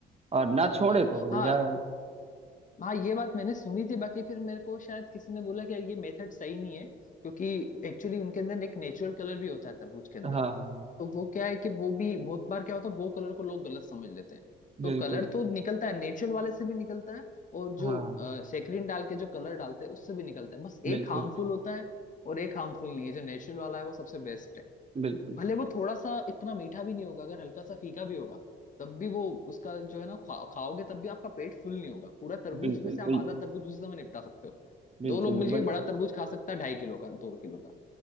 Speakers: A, on the right (about 30°); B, on the left (about 40°).
A: और ना
B: सही
A: छोड़े
B: बात
A: तो
B: है
A: बढ़िया
B: हाँ
A: है
B: हाँ ये बात मैंने सुनी थी बाकी फिर मेरे को शायद किसी ने बोला कि यार ये मेथड सही नहीं है क्योंकि एक्चुअली उनके अंदर एक नेचुरल कलर भी होता है तरबूज के अंदर
A: हाँ
B: तो वो क्या है कि वो भी बहुत बार क्या होता है वो कलर को लोग गलत समझ लेते हैं
A: बिल्कुल
B: तो कलर तो निकलता है नेचुरल वाले से भी निकलता है और
A: हाँ
B: जो सेक्रिन डाल के जो कलर डालते हैं उससे भी निकलता है बस एक
A: बिल्कुल
B: हार्मफुल होता है और एक हार्मफुल नहीं है जो नेचुरल वाला है वो सबसे बेस्ट है
A: बिल्कुल
B: भले वो थोड़ा सा इतना मीठा भी नहीं होगा अगर हल्का सा फीका भी होगा तब भी वो उसका जो है ना खा, खाओगे तब भी आपका पेट फुल नहीं होगा पूरा तरबूज
A: बिल्कुल
B: में से आप
A: तो
B: आधा तरबूज उसी समय निपटा सकते हो
A: बिल्कुल
B: दो लोग मिलके
A: तो बड़ी
B: एक बड़ा तरबूज खा सकता है ढाई किलो का दो किलो का